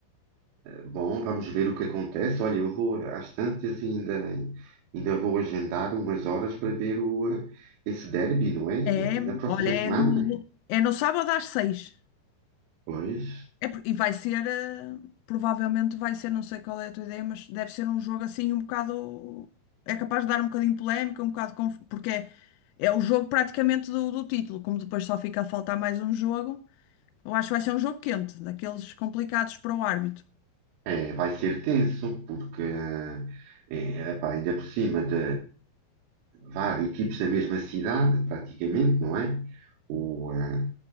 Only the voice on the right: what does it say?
bom, vamos ver o que acontece. Olha, eu vou às tantas e ainda, ainda vou agendar umas horas para ver o, eh, esse derby, não é?
Na próxima
semana.
Pois.
É, vai ser tenso, porque eh, é, epá, ainda por cima de vá, equipes da mesma cidade, praticamente,
não é? O, eh,